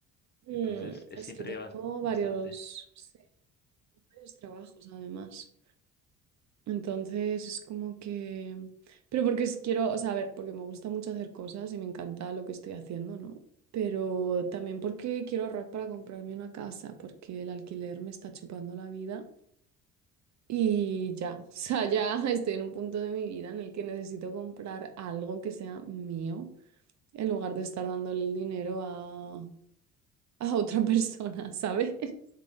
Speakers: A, on the right; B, on the left.
A: mm,
B: entonces es
A: es
B: siempre
A: que tengo
B: bas- bastante.
A: varios, sí, varios trabajos además. Entonces es como que... Pero porque es- quiero, o sea, a ver, porque me gusta mucho hacer cosas y me encanta lo que estoy haciendo, ¿no? Pero también porque quiero ahorrar para comprarme una casa, porque el alquiler me está chupando la vida y ya, <laughs> o sea, ya <laughs> estoy en un punto de mi vida en el que necesito comprar algo que sea mío en lugar de estar dándole el dinero a, a otra persona, <laughs> ¿sabes?